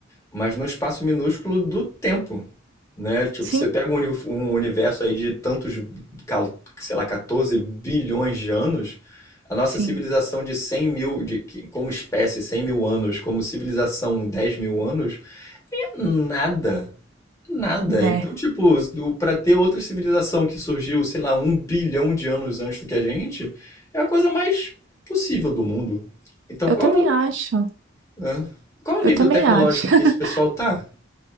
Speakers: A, on the left; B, on the right.
A: mas num espaço minúsculo do tempo, né? Tipo,
B: Sim.
A: você pega um, uni- um universo aí de tantos, cal- sei lá, 14 bilhões de anos, a nossa
B: Sim.
A: civilização de 100 mil, de, como espécie, 100 mil anos, como civilização, 10 mil anos, é nada. Nada.
B: Né?
A: Então, tipo, do- pra ter outra civilização que surgiu, sei lá, um bilhão de anos antes do que a gente, é a coisa mais possível do mundo. Então,
B: Eu
A: qual,
B: também acho.
A: hã? qual o
B: Eu
A: nível
B: também
A: tecnológico
B: acho. <laughs>
A: que esse pessoal tá?